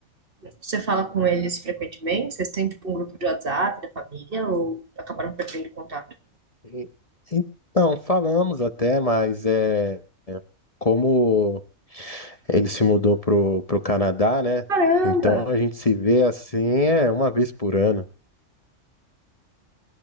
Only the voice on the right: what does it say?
Você fala com eles frequentemente? Vocês têm tipo um grupo de WhatsApp da família ou acabaram perdendo contato?
caramba,